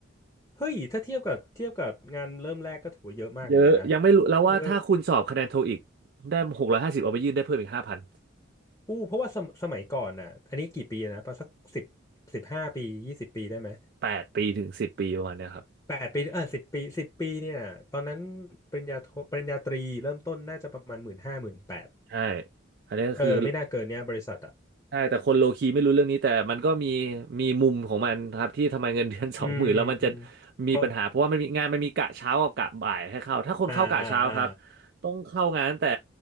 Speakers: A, on the left; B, on the right.
A: เฮ้ยถ้าเทียบกับเทียบกับงานเริ่มแรกก็ถือว่าเยอะมากเหมือนกันนะ
B: เยอะยังไม่รู้แล้วว่าถ้าคุณสอบคะแนนโทอีก
A: เออ
B: ได้หกร้อยห้าสิบเอาไปยื่นได้เพิ่มอีกห้าพัน
A: อู้เพราะว่าสมสมัยก่อนน่ะอันนี้กี่ปีนะประมาณสักสิบสิบห้าปียี่สิบปีได้ไหม
B: แปดปีถึงสิบปีประมาณเนี้ยครับ
A: แปดปีเออสิบปีสิบปีเนี่ยตอนนั้นปริญญาโทปริญญาตรีเริ่มต้นน่าจะประมาณหมื่นห้าหมื่นแปด
B: ใช่อันนี้ก็คือ
A: เออไม่น่าเกินเนี่ยบริษัทอ่ะ
B: ใช่แต่คนโลคีไม่รู้เรื่องนี้แต่มันก็มีมีมุมของมันครับที่ทำไมเงินเดือน <laughs> สองหมื่นแล้วมันจะ
A: อืมเพราะ
B: มีปัญหาเพราะว่ามันมีงานมันมีกะเช้ากับกะบ่ายให้เข้าถ้าคนเข้ากะเช้าครับ
A: อ่าอ่าอ่า
B: ต้องเข้างานตั้งแต่